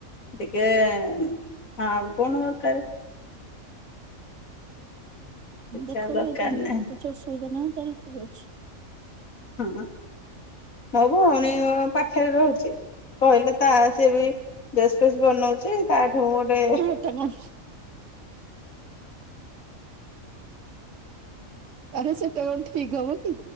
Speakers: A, on the left; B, on the right.
A: ଟିକେ ହଁ ଆଉ କଣ ଦରକାର
B: <inaudible>
A: କିଛି ଆଉ ଦରକାର
B: ଏଇତ ମନ
A: ନାହିଁ
B: କିଛି ଅସୁବିଧା ନାହିଁ। ତାହଲେ ଠିକ ଅଛି। <inaudible>
A: ହଁ ହବୁ ଆଉଣି ପା ଖେ ରହୁଚି କହିଲେ ତା ସି ବି ଡ୍ରେସ ଫେସ୍ ବନଉଚି ତାଠୁ ଗୋଟେ
B: ନା ଏଟା କଣ ଆରେ ସେଟା କଣ ଠିକ ହବ କି